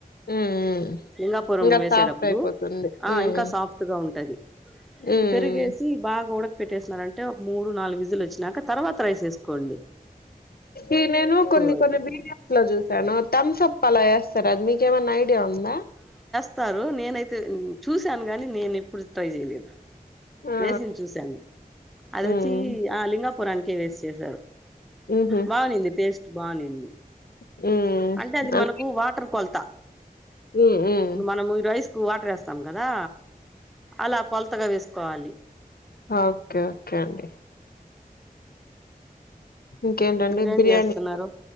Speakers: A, on the left; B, in the centre.
A: ఉమ్ ఉమ్
B: లింగాపురం
A: ఇంకా
B: వేసేటప్పుడు
A: సాఫ్ట్ అయిపోతుంది
B: ఆ
A: ఉమ్
B: ఇంకా సాఫ్ట్ గా ఉంటది.
A: ఉమ్
B: పెరుగేసి బాగ ఉడక్ పెట్టేసినారంటే ఒక మూడు, నాలుగు విజిల్లు వచ్చినాక తర్వాత రైసేసుకోండి.
A: ఈ నేను కొన్ని
B: అయిపోతది
A: కొన్ని వీడియోస్ లో జూసాను థమ్సప్ అలా ఏస్ చ్చర్ అది మీకేమన్నా ఐడియా ఉందా?
B: స్తారు నేనైతే ఉమ్ చూసాను గని నేనెప్పుడు ట్రై జేయలేదు
A: ఆ
B: వేసింది చూశాను అదిఓచ్చి
A: ఉమ్
B: ఆ లింగాపురానికే వేసి చేసారు
A: ఉహు
B: బా నింది టేస్ట్ బా నింది
A: ఉమ్
B: అంటే అది
A: అ
B: మనకు వాటర్ కొలతా
A: ఉమ్ ఉమ్
B: ఇప్పుడు మనం ఈ రైస్ వాటర్ వేస్తాం కదా అలా కొలతగా వేసుకోవాలి
A: ఓకే ఓకే అండి ఇంకేంటండి
B: మీరేం
A: బిర్యానీ
B: చేస్తున్నారు